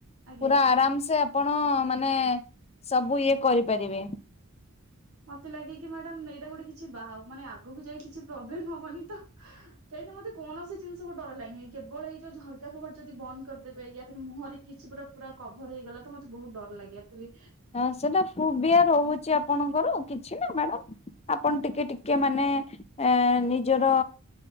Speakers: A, on the right; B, on the left.
A: ଆଜ୍ଞା
B: ପୁରା ଆରାମ ସେ ଆପ ଣ ମାନେ ସବୁ ଇଏ କରିପାରିବେ।
A: ମତେ ଲାଗେ କି ମ୍ୟାଡାାମ ଏଇଟା ଗୋଟେ କିଛି ବାହୁ ମାନେ ଆଗକୁ ଯାଇ କିଛି ପ୍ରୋବ୍ଲେମ ହବନି ତ। ସେଇଟା ମତେ କୌଣସି ଜିନିଷ କୁ ଡର ଲାଗେନି କେବଳ ଏଇ ଯୋଉ ଝରକା କବାଟ ଯଦି ବନ୍ଦ କରିଦେବେ ୟା ଫିର୍ ମୁହଁରେ କିଛି ଗୋଟା ପୁରା କଭର ହେଇଗଲା ତ ମତେ ବହୁତ ଡର ଲାଗେ ଆକଚୁଆଲି
B: ହଁ ସେଇଟା ଫୁବିଆ ରହୁଚି ଆପଣଙ୍କର କିଛି ନାଇ ମ୍ୟାଡାମ ଆପଣ ଟିକେ ଟିକେ ମାନେ ଏଁ ନିଜର